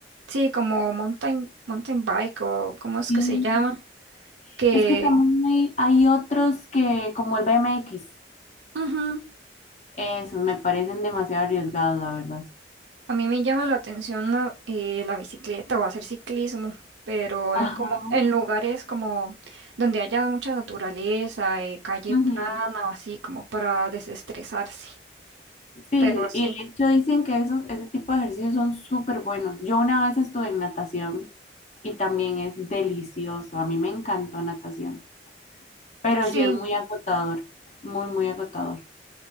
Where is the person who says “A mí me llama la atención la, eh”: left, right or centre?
Right